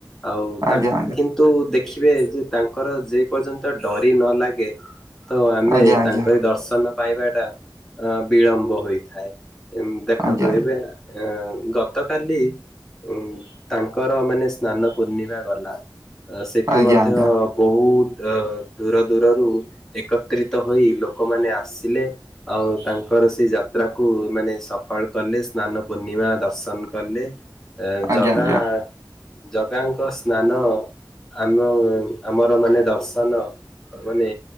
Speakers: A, in the centre; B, on the right (about 45°).
A: ଆଉ ତାଙ୍କ
B: ଆଜ୍ଞା
A: କିନ୍ତୁ ଦେଖି ବେ ଯେ ତାଙ୍କର ଯେ ପର୍ଯ୍ୟନ୍ତ ଡୋରି ନ ଲାଗେ ତ
B: ଆଜ୍ଞା
A: ଆମେ
B: ଆଜ୍ଞା।
A: ତାଙ୍କ ଏ ଦର୍ଶନ ପାଇବାଟା ଅ ବିଳମ୍ବ ହୋଇଥାଏ, ଉମ ଦେଖନ୍ତୁ
B: ଆଜ୍ଞା ଆଜ୍ଞା
A: ଏବେ ଆ ଗତକାଲି ଉ ତାଙ୍କର ମାନେ ସ୍ନାନ ପୂର୍ଣ୍ଣିମା ଗଲା। ଠି
B: ଆଜ୍ଞା
A: ମଧ୍ୟ ବହୁତ ଅ ଦୂର ଦୂରରୁ ଏକତ୍ରିତ ହୋଇ ଲୋକମାନେ ଆସିଲେ, ଆଉ ତାଙ୍କର ସେଇ ଯାତ୍ରାକୁୁ ମାନେ ସଫଳ କଲେ, ସ୍ନାନ ପୂର୍ଣ୍ଣିମା ଦର୍ଶନ କଲେ, ଏ
B: ଆଜ୍ଞା
A: ଜଗା ଜଗାଙ୍କ ସ୍ନାନ ଆମ ଆମର ମାନେ ଦର୍ଶନ ମାନେ